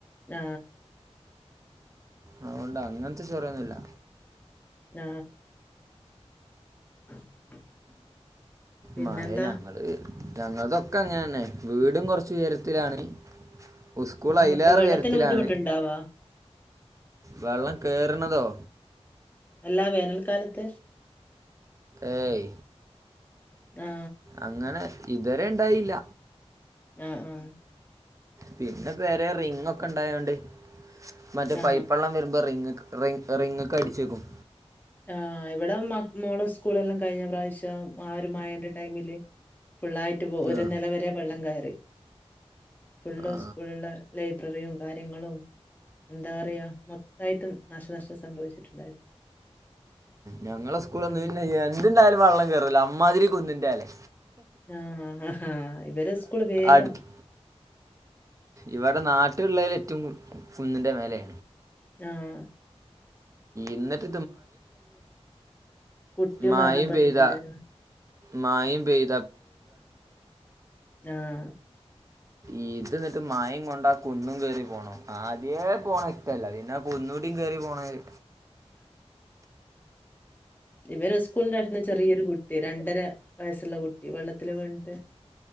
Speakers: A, on the left; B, on the right.
A: ആ
B: അതോണ്ട് അങ്ങനത്തെ ചൊറയൊന്നുല്ല
A: ആ <inaudible> പിന്നെന്താ
B: മഴ ഞങ്ങള് ഞങ്ങളതൊക്കെ അങ്ങനെ തന്നെ വീടും കൊറച്ച് ഉയരത്തിലാണ് ഉസ്കൂൾ
A: ആ,
B: അതിലേറെ
A: അപ്പൊ വെള്ളത്തിന്
B: ഉയരത്തിലാണ്
A: ബുദ്ധിമുട്ടുണ്ടാവാ
B: വെള്ളം കേറുണതോ
A: അല്ലാ വേനൽക്കാലത്ത്
B: ഏയ്
A: ആ
B: അങ്ങനെ ഇതുവരെ ഇണ്ടായില്ല
A: ആ ആ
B: പിന്നെ പേരെ റിങ്ങ് ഒക്കെ ഇണ്ടായോണ്ട് മറ്റേ
A: ആ
B: പൈപ്പള്ളം വരുമ്പോ റിങ് റിങ്ങ് റിങ്‌ക്ക് അടിച്ചക്കും
A: ആ ഇവിടെ മ മോളോ സ്കൂള് എല്ലാം കഴിഞ്ഞ പ്രാവശ്യം ആ ഒരു മയന്റെ ടൈമില് ഫുള്ളായിട്ട് പോ
B: ആ.
A: ഒരു നില വരെ വെള്ളം കയറി ഫുള്ള്
B: ആ.
A: സ്കൂളുള്ള ലൈബ്രറിയും കാര്യങ്ങളും എന്താ പറയാ മൊത്തായിട്ട് നാശനഷ്ടം സംഭവിച്ചിട്ടുണ്ടായിരുന്നു
B: ഞങ്ങളെ ഉസ്കൂള ഒന്നൂന്നെ
A: ഉം
B: എന്തുണ്ടായാലും വെള്ളം കേറില്ല അമ്മാതിരി കുന്നിന്റേലെ
A: ആണോ ആഹ് ഇവരെ ഉസ്കൂള് വേഗം
B: അടുത്ത് ഇവിടെ നാട്ടിലുള്ളതിൽ ഏറ്റും കുന്നിന്റെ മേലെ
A: ആഹ്
B: എന്നിട്ട്
A: കുട്ടിയും
B: മയ
A: മരണപ്പെട്ടിട്ടുണ്ടായിരുന്നു
B: പെയ്ത മയ പെയ്
A: ആഹ്
B: ഇതെന്നിട്ട് മയേ കൊണ്ടാ കുന്നും കേറി പോണം ആദ്യേ പോണം ഇഷ്ടല്ല പിന്നെ കുന്നൂടി കേറി പോണല്
A: ഇവര് ഉസ്കൂളിന്റെ അടുത്ത്ന്ന് ചെറിയൊരു കുട്ടി രണ്ടര വയസ്സുള്ള കുട്ടി വെള്ളത്തില് വീണിട്ട്